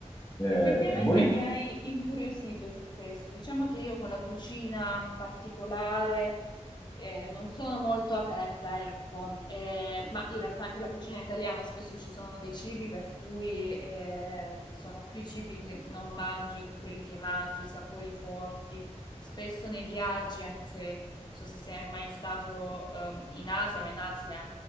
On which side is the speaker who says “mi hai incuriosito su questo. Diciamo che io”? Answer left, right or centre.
Left